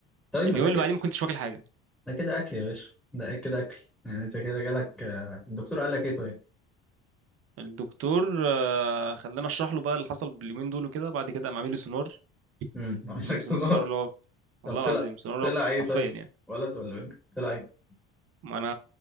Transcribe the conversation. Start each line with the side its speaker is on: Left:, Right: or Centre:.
Centre: طيب
Right: اليوم
Centre: ما ده
Right: اللي
Centre: كده
Right: بعديه ما كنتش واكل حاجه
Centre: ده كده اكل يا باشا ده كده اكل يعني انت كده جالك آه، الدكتور قال لك ايه طيب
Right: الدكتور آه، خلاني اشرح له بقى اللي حصل باليومين دول وكده بعد كده قام عامل لي سونار
Centre: امم عمل <laughs>
Right: عامل
Centre: لك سونار
Right: لي سونار اللي هو
Centre: طب
Right: والله
Centre: طلع
Right: العظيم سونار اللي
Centre: طلع
Right: هو
Centre: ايه
Right: حرفيا
Centre: طيب
Right: يعني
Centre: ولد ولا بنت طلع ايه
Right: ما انا